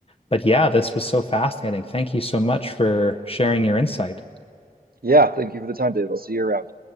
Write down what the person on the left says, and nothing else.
but yeah, this was so fascinating. Thank you so much for sharing your insight.